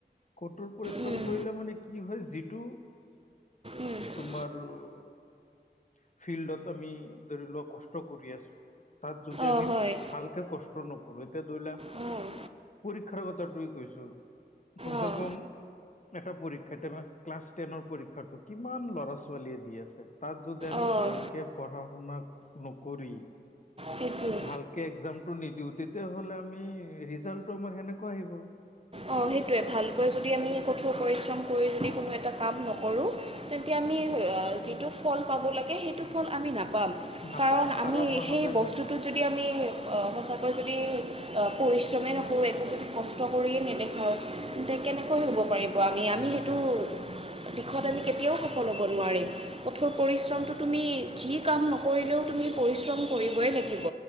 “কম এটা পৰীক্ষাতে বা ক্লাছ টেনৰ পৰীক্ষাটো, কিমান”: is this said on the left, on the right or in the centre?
Left